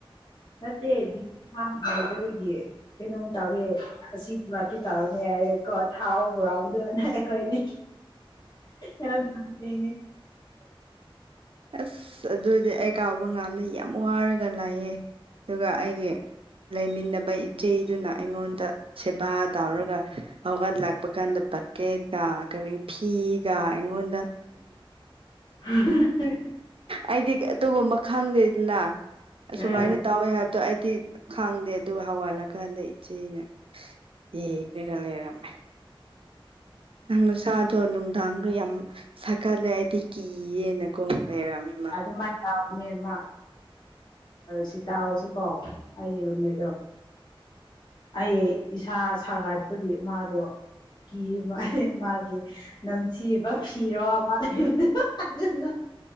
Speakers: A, on the left (about 50°); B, on the right (about 75°).
A: ꯅꯠꯇꯦ ꯅꯨꯡꯉꯥꯏꯗꯕꯒꯤ ꯀꯩꯅꯣꯝ ꯇꯧꯒꯦ ꯑꯁꯤ ꯒꯥꯇꯤ ꯇꯥꯔꯨꯅꯦ ꯌꯥꯔꯀꯣ ꯊꯥꯎ ꯕꯣꯔꯥꯕꯨꯗꯅꯦ ꯑꯩꯈꯣꯏꯅꯤ ꯑꯟꯏꯟꯇꯦꯜꯂꯤꯖꯦꯕꯜ
B: ꯑꯁ ꯑꯗꯨꯗꯤ ꯑꯩ ꯀꯥꯎꯕ ꯉꯥꯝꯅ ꯌꯥꯝ ꯋꯥꯔꯒ ꯂꯥꯏꯌꯦ ꯗꯨꯒ ꯑꯩꯒꯤ ꯂꯩꯃꯤꯟꯅꯕ ꯏꯆꯦꯗꯨꯅ ꯑꯩꯉꯣꯟꯗ ꯁꯦꯕꯥ ꯇꯧꯔꯒ ꯍꯧꯒꯠꯂꯛꯄ ꯀꯥꯟꯗ ꯕꯛꯀꯦꯠꯀ ꯀꯔꯤ ꯐꯤꯒ ꯑꯩꯉꯣꯟꯗ
A: ꯑꯟꯏꯟꯇꯦꯜꯂꯤꯖꯦꯕꯜ
B: ꯑꯩꯗꯤ ꯑꯗꯨꯒꯨꯝꯕ ꯈꯪꯗꯦꯗꯅ ꯑꯁꯨꯃꯥꯏꯅ
A: ꯎꯝ
B: ꯇꯧꯋꯦ ꯍꯥꯏꯕꯗꯣ ꯑꯩ ꯇꯤ ꯈꯥꯡꯗꯦ ꯑꯗꯨ ꯍꯋꯥꯠꯂꯀꯥꯟꯗ ꯏꯆꯦꯅꯦ ꯑꯦ ꯏꯔ ꯂꯩꯔꯝꯃꯦ ꯅꯪ ꯅꯁꯥꯗꯣ ꯅꯨꯡꯗꯥꯡꯗꯣ ꯌꯥꯝ ꯁꯥꯒꯠꯂꯦ ꯑꯩꯗꯤ ꯀꯤꯌꯦꯅꯀꯣ ꯂꯩꯔꯝꯃꯤ ꯃꯥ
A: ꯑꯗꯨꯃꯥꯏꯅ ꯇꯧꯅꯦ ꯃꯥ ꯁꯤ ꯇꯁꯨꯀꯣ ꯑꯩꯒꯤ ꯔꯨꯝꯃꯇꯦ
B: ꯍꯤ
A: ꯑꯩ ꯏꯁꯥ ꯁꯥꯒꯠꯄꯒꯤ ꯃꯥꯗꯣ ꯀꯤꯌꯦ ꯃꯥ ꯃꯥꯒꯤ ꯅꯝꯁꯤꯕ ꯐꯔꯣ ꯃꯥꯜꯂꯤꯅ